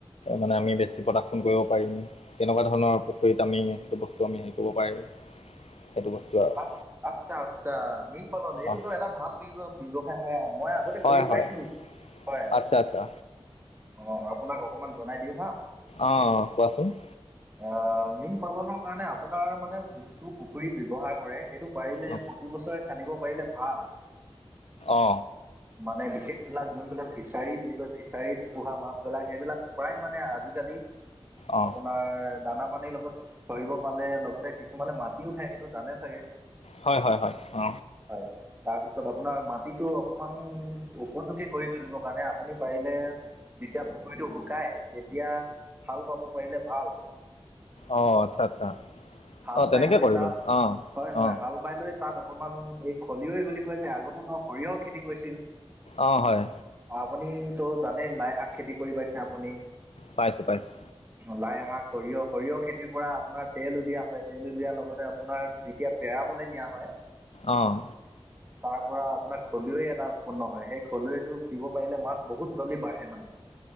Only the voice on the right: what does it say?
আ- আচ্ছা আচ্ছা মীন পালন এইটোতো
এটা ভাল ব্যৱসায় হয়, মই আগত
কৰি পাইছো।
হয়
অঁ আপোনাক অকমান জনাই দিওঁ হা।
অঁ মীন পালনৰ কাৰণে আপোনাৰ মানে যোনটো পুখুৰী ব্যৱহাৰ কৰে সেইটো পাৰিলে
প্ৰতিবছৰে খান্দিব পাৰিলে ভাল।
মানে বিশেষ বিলাক যোনবিলাক ফিছাৰী বুলি কয় ফিচাৰীত পোহা মাছ বিলাক সেইবিলাক প্ৰায় মানে আজিকালি
আপোনাৰ দানা পানীৰ লগত চৰিব পালে লগতে কিছুমানে মাটিও খায় সেইটো জানে চাগে।
হয় তাৰপিছত আপোনাৰ মাটিটো অকমান উপযোগী কৰি তুলিবৰ কাৰণে আপুনি পাৰিলে যেতিয়া পুখুৰীটো শুকায় তেতিয়া হাল বাব পাৰিলে ভাল।
হাল
বাই লৈ
তাত,
হয় হয়
হাল বাই লৈ তাত অকমান এই খলিয়ৈ বুলি কয় যে আগতে ত সৰিয়হ খেতি কৰিছিল
আপুনি তো জানেই লাই শাক খেতি কৰি পাইছে আপুনি।
লাইশাক, সৰিয়হ, সৰিয়হ খেতিৰ পৰা আপোনাৰ তেল উলিওৱা হয় তেল উলিওৱাৰ লগতে আপোনাৰ যেতিয়া পেৰা দিয়া হয়
তাৰ পৰা আপোনাৰ খলুৱৈ এটা উৎপন্ন হয়, সেই খলুটো দিব পাৰিলে মাছ বহুত জল্দি বাঢ়ে মানে।